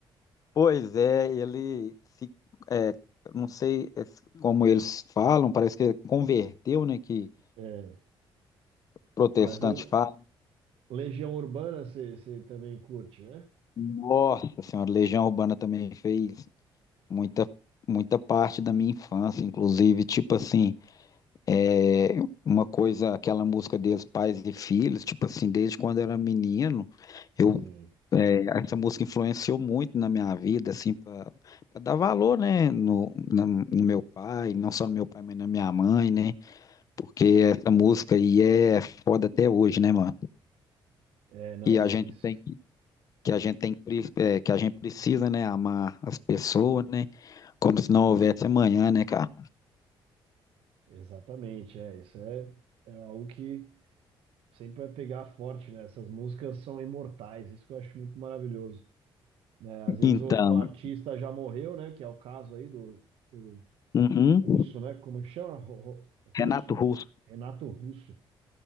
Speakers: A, on the left (about 40°); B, on the right (about 85°).
A: Pois é, ele se, é, não sei é, como eles falam, parece que ele converteu, né? Que
B: É,
A: protestante
B: mas o
A: fala.
B: Legião Urbana você você também curte, né?
A: Nossa Senhora, Legião Urbana também fez muita, muita parte da minha infância, inclusive, tipo assim, é, uma coisa, aquela música deles, Pais e Filhos, tipo assim, desde quando eu era menino, eu,
B: Sim,
A: é, essa música influenciou muito na minha vida, assim, para dar valor, né, no, na- no meu pai, não só no meu pai, mas na minha mãe, né? porque essa música aí é foda até hoje, né, mano?
B: É, não,
A: E a
B: é
A: gente
B: isso.
A: tem que, que a gente tem que, pre- é, que a gente precisa, né, amar as pessoas, né? Como se não houvesse amanhã, né, cara?
B: Exatamente, é. Isso é, é algo que sempre vai pegar forte, né? Essas músicas são imortais, isso que eu acho muito maravilhoso, né? Às vezes
A: Então,
B: o, o artista já morreu, né? Que é o caso aí do, do
A: uhum.
B: Russo, né? Como que chama? Ro- Ro- Russo?
A: Renato Russo.
B: Renato Russo,